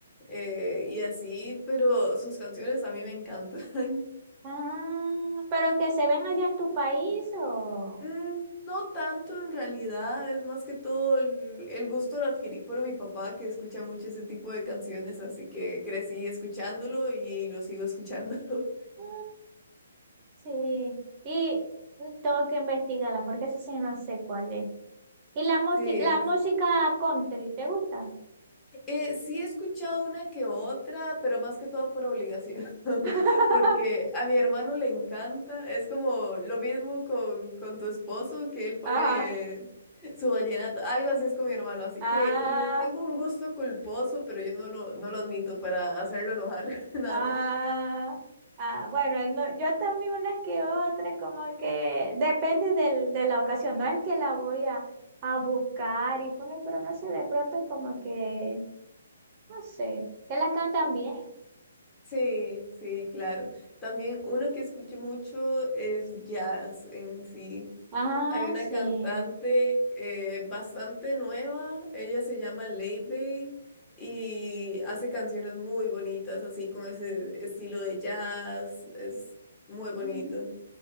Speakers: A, on the left (about 20°); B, on the right (about 35°).
A: eh, y así, pero sus canciones a mí me encantan. <laughs>
B: Ah, pero que se ven allá en tu país o...
A: Mm, No tanto en realidad, es más que todo el, el gusto lo adquirí por mi papá que escucha mucho ese tipo de canciones, así que crecí escuchándolo y lo sigo escuchando. <laughs>
B: Ah, sí, y mm, tengo que investigarla porque eso sí no sé cuál es. ¿Y la, moti-
A: Sí,
B: la música country, te gusta?
A: Eh, sí he escuchado una que otra, pero más que todo por obligación, <laughs>
B: <laughs>
A: porque a mi hermano le encanta, es como lo mismo con, con tu esposo, que él pone
B: Ajá.
A: su vallenato, algo así es con mi hermano, así
B: Ah,
A: que le tengo un gusto culposo, pero yo no lo, no lo admito para hacerlo enojar, <laughs> nada
B: ah, ah. Bueno, no, yo también unas que otras, como que depende del, de la ocasión. No es que la voy a, a buscar y poner, pero no sé, de pronto como que, no sé, que la cantan bien.
A: Sí, sí, claro. También uno que escuché mucho es jazz en sí.
B: Ah,
A: Hay una
B: sí.
A: cantante eh, bastante nueva, ella se llama Leibey y hace canciones muy bonitas, así con ese estilo de jazz, es muy bonito.
B: Mm,